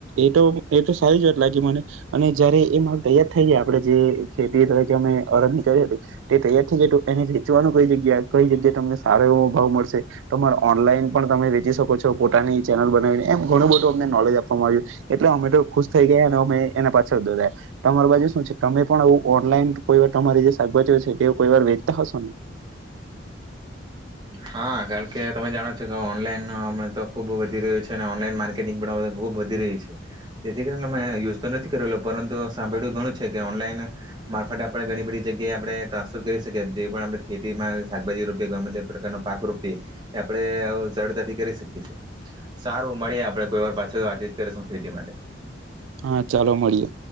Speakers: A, on the right (about 80°); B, on the right (about 25°).
A: એ એ તો સારી જ વાત લાગી ઙમને અને જયારે એ માલ તૈયાર થઈ જાય આપણે જે ખેતી તરીકે હળદરની તે તૈયાર થઈ જાય એને વેચવાનું કઈ જગ્યા કઈ જગ્યા અમને સારો એવો ભાવ મળશે, તમે ઓનલાઈન પણ તમે વેચી શકો છો. પોતાની ચેનલ બનાવીને એમ ઘણું બધું અમને નોલેજ આપવામાં આવ્યું એટલે અમે તો ખુશ થઈ ગયા અને અમે એના પાછળ દરાયા. તમાર બાજુ શું છે? તમે પણ ઓનલાઈન કોઈ વાર તમારી તમારી જે શાકભાજીઓ છે તે કોઈ વાર વેચતા હશોને?
B: હા કારણ કે તમે જાણો છો ઓનલાઈન તો હમણાં તો ખુબ વધી રહ્યું છે અને ઓનલાન માર્ટ ખેતી પણ હવે ખબ વધી રહી છે જેથી કરીને અમે યુઝ તો નથી કરેલો પરંતુ સાંભળ્યું ઘણું છે કે ઓનલાઈન મારફત આપણે ઘણી બધી જગ્યાએ આપણે ટ્રાન્સફર કરી શકીએ જેવી પણ આપણે ખેતીમાં શાકભાજી રોપી ગમે તેમ પ્રકારનો પાક રોપીએ આપણે સરળતાથી કરી શકી છીએ સારું મળી આપણે કોઈ વાર પાછળ વાતચીત કરીશ શું થઈ માટે
A: હા ચાલો મળીએ.